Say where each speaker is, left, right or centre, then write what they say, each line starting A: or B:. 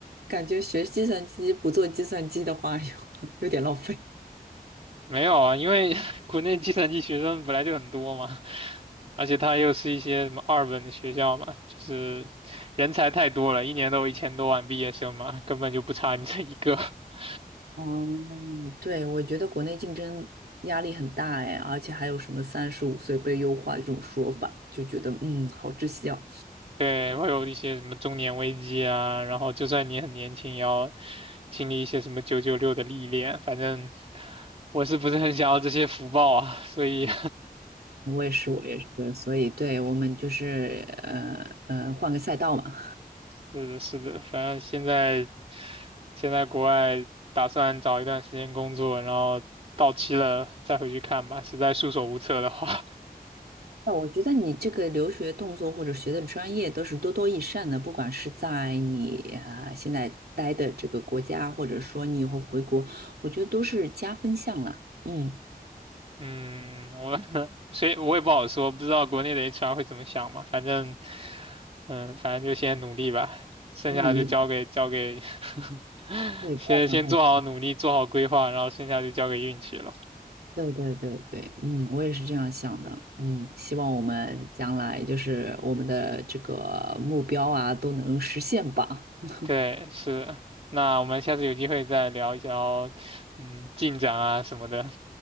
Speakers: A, on the right; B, on the right.
A: 感觉学计算机不做计算机的话，<laughs> 有有点浪费。
B: 没有啊，因为 <laughs> 国内计算机学生本来就很多嘛，而且他又是一些什么二本的学校嘛，就是人才太多了，一年都有一千多万毕业生嘛，根本就不差你这一个。<laughs>
A: 嗯，对，我觉得国内竞争压力很大哎，而且还有什么三十五岁被优化这种说法，就觉得嗯，好窒息啊。
B: 对，会有一些什么中年危机啊，然后就算你很年轻，也要经历一些什么九九六的历练。反正我是不是很想要这些福报啊？所以，
A: 我也是，我也是，所以对我们就是呃呃换个赛道嘛。
B: <laughs> 是的，是的，反正现在现在国外打算找一段时间工作，然后到期了再回去看吧，实在束手无策的话。
A: 哦，我觉得你这个留学动作或者学的专业都是多多益善的，不管是在你啊现在待的这个国家，或者说你以后回国，我觉得都是加分项啦。嗯，
B: 嗯，我 <laughs> 谁我也不好说，不知道国内的 HR 会怎么想嘛。反正，嗯，反正就先努力吧，剩下的就交给交给
A: 先努力吧，
B: <laughs>
A: 对，
B: 先先做好努力，
A: 不要想太多。
B: 做好规划，然后剩下就交给运气了。
A: 对对对对，嗯，我也是这样想的。嗯，希望我们将来就是我们的这个目标啊都能实现吧。<laughs>
B: 对，是。那我们下次有机会再聊一聊，嗯，进展啊什么的。